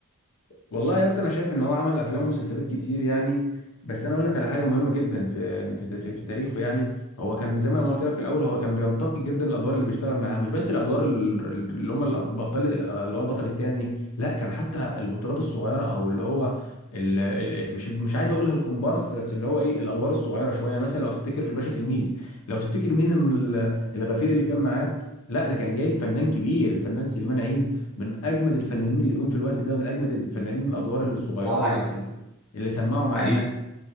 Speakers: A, on the left; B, in the centre.
A: والله يا اسطى انا شايف ان هو عمل افلام ومسلسلات كتير يعني بس انا اقول لك على حاجه مهمه جدا في في في, في تاريخه يعني هو كان زي ما أنا قلت لك في الاول هو كان بينتقي جدا الادوار اللي بيشتغل معاها مش بس الادوار ال- ال- اللي هم الابطال اللي هو البطل الثاني لا كان حتى البطولات الصغيره او اللي هو ال- ال- مش مش عايز اقولها الكومبارس بس اللي هو ايه الادوار الصغيره شويه مثلا لو تفتكر في الباشا تلميذ لو تفتكر مين ال- الغفير اللي كان معاه لا ده كان جايب فنان كبير الفنان سليمان عيد من اجمد الفنانين اللي جم في الوقت ده ومن اجمد الفنانين الادوار الصغيره
B: اه حقيقي
A: الع- اللي سمعوا معانا
B: حقيقي